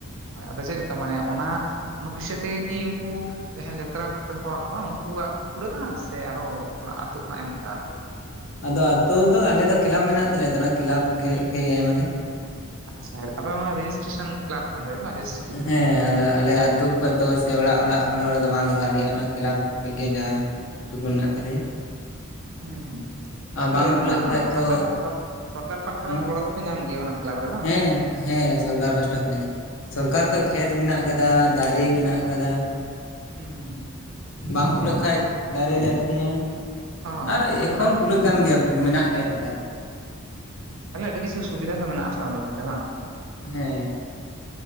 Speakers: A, on the right; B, on the left.
A: ᱦ ᱟᱫᱚ ᱪᱮᱫ ᱞᱮᱠᱟ ᱢᱟᱱᱮ ᱚᱱᱟ ᱚᱱᱟ ᱯᱩᱭᱥᱟ ᱛᱮᱜᱮ ᱩᱱᱠᱩ ᱡᱟᱦᱟᱸᱭ ᱡᱟᱛᱨᱟ ᱠᱚᱯᱮ ᱦᱚᱦᱚᱣᱟ ᱠᱚᱼᱟ ᱩᱱᱠᱩᱣᱟᱜ ᱠᱩᱲᱟᱹᱜᱼᱟ ᱥᱮ ᱟᱨᱚ ᱚᱲᱟ ᱟᱹᱛᱩ ᱠᱷᱚᱱᱟᱜ ᱮᱢ ᱞᱟᱜᱟᱣ ᱯᱮᱭᱟ?
B: ᱟᱫᱚ ᱟᱹᱛᱩ ᱫᱚ ᱟᱞᱮ ᱫᱚ ᱠᱮᱞᱟᱵᱽ ᱢᱮᱱᱟᱜ ᱛᱟᱞᱮᱭᱟ ᱛᱚ ᱚᱱᱟ ᱠᱮᱞᱟᱵᱽ ᱜᱮ ᱠᱷᱚᱱ ᱮᱢ ᱟᱞᱮ
A: ᱟᱪᱪᱷᱟ ᱟᱯᱮ ᱢᱟ ᱨᱮᱤᱥᱴᱮᱥᱚᱱ ᱠᱟᱞᱟᱵ ᱠᱟᱱ ᱛᱟᱯᱮ ᱵᱟᱝ ᱠᱞᱟᱵᱽ
B: ᱦᱮᱸ ᱟᱞᱮ ᱟᱹᱛᱩ ᱠᱷᱚᱱ ᱫᱚ ᱥᱮ ᱚᱲᱟᱜ ᱚᱲᱟᱜ ᱦᱚᱲᱚ ᱦᱚᱲᱚ ᱫᱚ ᱵᱟᱝ ᱞᱟᱜᱟᱣ ᱞᱮᱭᱟ ᱚᱱᱟ ᱠᱮᱞᱟᱵᱽ ᱠᱷᱚᱱ ᱜᱮ ᱡᱟᱦᱟᱸ ᱴᱩᱠᱩᱱ ᱢᱮᱱᱟᱜ ᱛᱟᱞᱮᱭᱟ
A: ᱦᱮᱸ ᱦ
B: ᱟᱨ
A: ᱟᱯᱮ
B: ᱵᱟᱝ ᱠᱷᱩᱞᱟᱹᱜ
A: ᱚᱱᱟ
B: ᱠᱷᱟᱡ
A: ᱥᱚᱨᱠᱟᱨ
B: ᱫᱚ
A: ᱥᱚᱨᱠᱟᱨ ᱯᱟᱦᱴᱟ
B: ᱦᱮᱸ
A: ᱠᱷᱚᱱᱟᱜ ᱜᱚᱲᱚ ᱫᱚᱯᱮ ᱧᱟᱢ ᱜᱮᱭᱟ ᱚᱱᱟ ᱠᱞᱟᱵᱽ ᱨᱮ ᱵᱟᱝ?
B: ᱦᱮᱸ ᱦᱮᱸ ᱥᱚᱨᱠᱟᱨ ᱯᱟᱥᱴᱟ ᱠᱷᱚᱱ ᱧᱟᱢ ᱥᱚᱨᱠᱟᱨ ᱠᱷᱚᱡ ᱠᱷᱮᱛ ᱢᱮᱱᱟᱜ ᱠᱟᱫᱟ ᱫᱟᱨᱮ ᱢᱮᱱᱟᱜ ᱠᱟᱫᱟ
A: ᱦᱩᱸ ᱦᱩᱸ
B: ᱵᱟᱝ
A: ᱦᱩᱸ
B: ᱠᱩᱞᱟᱹᱜ
A: ᱚ ᱛᱟ
B: ᱠᱷᱟᱡ ᱫᱟᱨᱮ ᱞᱮ ᱟᱠᱷᱨᱤᱧᱟ
A: ᱚ
B: ᱟᱨ
A: ᱛᱟᱦᱚᱞᱮ
B: ᱮᱠᱷᱚᱱ ᱠᱩᱞᱟᱹᱜ ᱠᱟᱱ ᱜᱮᱭᱟ ᱢᱮᱱᱟᱜ ᱜᱮᱭᱟ ᱴᱟᱠᱟ ᱫᱚ
A: ᱛᱟᱦᱚᱞᱮ ᱟᱹᱰᱤ ᱠᱤᱪᱷᱩ ᱥᱩᱵᱤᱫᱷᱟ ᱫᱚ ᱢᱮᱱᱟᱜᱼᱟ ᱚᱸᱰᱮ ᱛᱟᱦᱞᱮ ᱵᱟᱝ
B: ᱦᱮᱸ